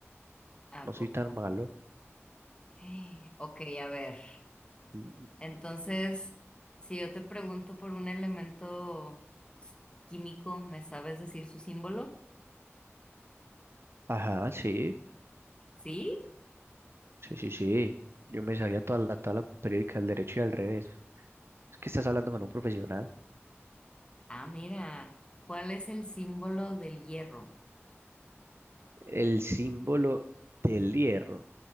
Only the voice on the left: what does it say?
¿a
poco?
<gasps> Eh, ok, a ver.
Entonces, si yo te pregunto por un elemento químico, ¿me sabes decir su símbolo?
¿Sí?
Ah, mira. ¿Cuál es el símbolo del hierro?